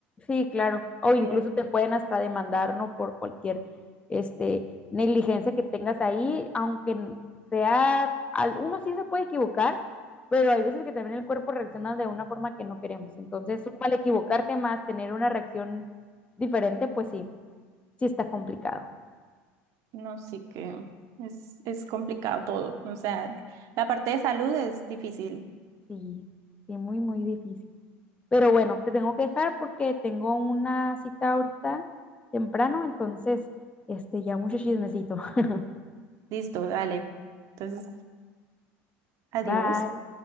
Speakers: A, on the left; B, on the right.
A: Sí, claro. O incluso
B: Bien.
A: te pueden hasta demandar, ¿no? Por cualquier este, negligencia que tengas ahí, aunque n- sea, al- uno sí se puede equivocar, pero hay veces que también el cuerpo reacciona de una forma que no queremos. Entonces, mal equivocarte más, tener una reacción diferente, pues sí, sí está complicado.
B: No, sí que es, es complicado todo. O sea, la parte de salud es difícil.
A: Sí, sí, muy, muy difícil. Pero bueno, te tengo que dejar porque tengo una cita ahorita temprano, entonces, este, ya mucho chismecito. <laughs>
B: Listo, dale. Entonces, adiós.
A: Bye.